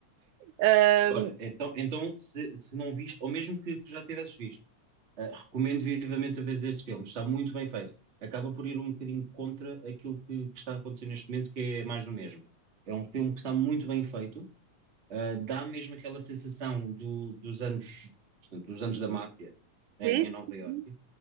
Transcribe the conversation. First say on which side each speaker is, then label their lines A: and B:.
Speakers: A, on the right; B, on the right.
A: Uh,
B: Olha, então, então se, se não viste, ou mesmo que, que já tivesses visto, Uh, recomendo vivamente a ver este filme, está muito bem feito. Acaba por ir um bocadinho contra aquilo que, que está acontecendo neste momento, que é mais do mesmo. É um filme que está muito bem feito, uh, dá mesmo aquela sensação do- dos anos, portanto, dos anos da máfia
A: sim,
B: em, em Nova
A: sim,
B: Iorque.
A: sim.